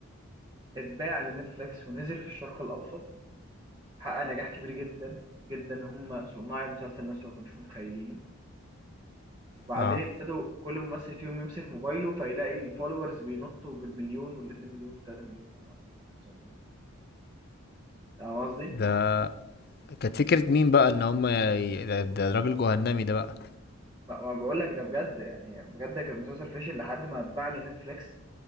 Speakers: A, on the right; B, on the left.
A: اتباع لنتفليكس ونزل في الشرق الأوسط حقق نجاح كبير جدا جدا هم صناع المسلسل نفسه ما كانوش متخيلينه وبعدين
B: اه
A: ابتدوا كل ممثل فيهم يمسك موبايله فيلاقي الفولورز بينطوا بالمليون والاتنين مليون وتلاتة مليون واربعة مليون خمسة مليون فاهم قصدي؟
B: ده كانت فكره مين بقى ان هم ي... ده, ده الراجل جهنمي ده بقى
A: ما ما بقول لك ده بجد يعني بجد كان المسلسل فشل لحد ما اتباع لنتفليكس